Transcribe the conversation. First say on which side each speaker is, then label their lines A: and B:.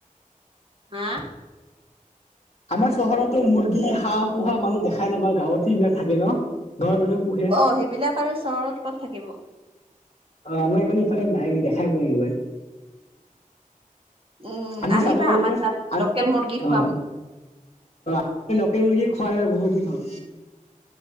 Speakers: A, on the right; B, on the left.
A: হা
B: আমাৰ চহৰতো মুৰ্গী, হাঁহ পুহা মানুহ দেখাই নাপাওঁ, গাঁৱতহে এইবিলাক থাকে ন? গাঁৱৰ মানুহে পোহে
A: অ' সেইবিলাক আৰু চহৰত ক'ত থাকিব!
B: অ' আমাৰ মানে ইফালে নাই দেখাই পোৱা নাযায়।
A: উম
B: আমি
A: আহিবা
B: চাব গলে
A: আমাৰ
B: একবাৰ
A: তাত
B: আমি
A: লোকেল মুৰ্গী
B: অ'।
A: খুৱাম
B: <unintelligible> লোকেল মুৰ্গী খোৱা নাই ৰ বহুত দিন হল।